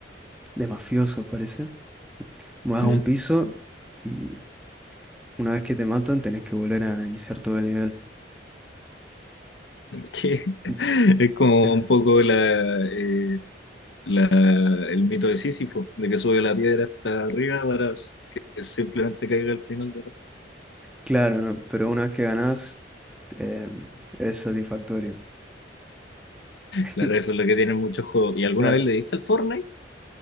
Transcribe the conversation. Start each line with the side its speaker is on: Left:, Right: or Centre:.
Centre: de mafioso, parece. Vas
Left: ya.
Centre: a un piso y una vez que te matan tenés que volver a iniciar todo el nivel.
Left: Que <laughs>
Centre: Mm.
Left: es como
Centre: Eh,
Left: un poco la, eh, la- el mito de Sísifo, de que sube la piedra hasta arriba para que simplemente caiga al final de la...
Centre: Claro, ¿no? Pero una vez que ganás, eh, es satisfactorio. <laughs>
Left: Claro, eso es lo que tienen muchos juegos. ¿Y alguna
Centre: Claro.
Left: vez le diste al Fortnite?